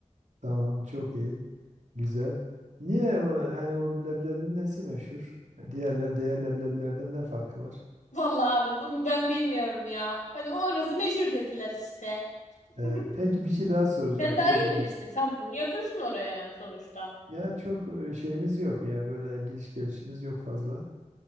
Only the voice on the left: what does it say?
Vallahi abi bunu ben bilmiyorum ya. Hani orası meşhur dediler işte.
<laughs>
Sen
daha iyi bilirsin
Samsun. Yakınsın oraya yani sonuçta.